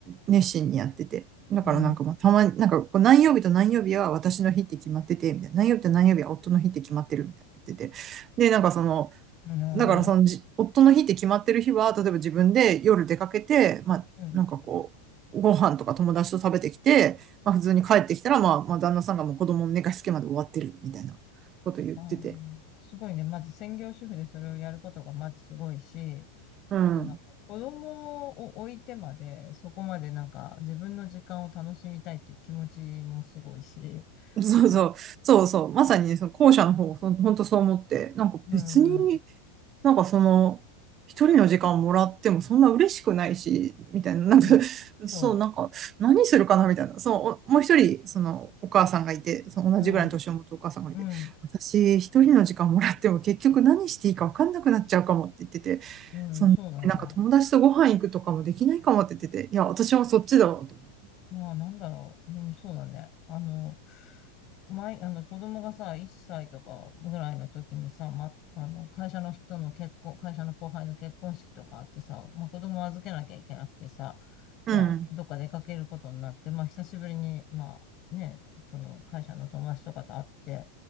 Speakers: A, on the right; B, on the left.
A: 熱心にやってて。だからなんかまあたまに、
B: う
A: なんかこう何曜日と何曜日は私の日って決まってて、みたいな。何曜日と何曜日は夫の日って決まってるみたいな言ってて。で、なんかその、
B: ーん、いやー
A: だからそのじ夫の日って決まってる日は、例えば自分で夜出かけて、まあ、
B: うん、
A: なんかこう、ご飯とか友達と食べてきて、まあ、普通に帰ってきたら、まあ、まあ、旦那さんがもう子供の寝かしつけまで終わってるみたいなこと言ってて。
B: あー、すごいね。まず専業主婦でそれをやることがまずすごいし、
A: うん。
B: あとなんか子供を置いてまで、そこまでなんか自分の時間を楽しみたいっていう気持ちもすごいし、
A: <laughs> そうそう、
B: うん、
A: そうそう、まさにその後者の方、その本当そう思って、なんか別に
B: うん、
A: なんかその、一人の時間もらってもそんな嬉しくないし、みたいな、なんか、
B: うん、
A: そう、
B: そ
A: なんか、何するかなみたいな、そう、おもう一人、その、お母さんがいて、その同じぐらいの年を持つお母さんがいて、
B: う、うん、うん、
A: 私、一人の時間もらっても結局何していいか分かんなくなっちゃうかもって言ってて、
B: うん、
A: その、
B: そうだね。
A: なんか友達とご飯行くとかもできないかもって言ってて、いや、私もそっちだわ、と思って。
B: まあ、なんだろう。うん、そうだね。あの、前、あの、子供がさ、1歳とかぐらいの時にさ、ま、あの、会社の人の結婚、会社の後輩の結婚式とかあってさ、まあ、子供を預けなきゃいけなくてさ、
A: うん。
B: まあ、どっか出かけることになって、まあ、久しぶりに、まあ、ね、その会社の友達とかと会って、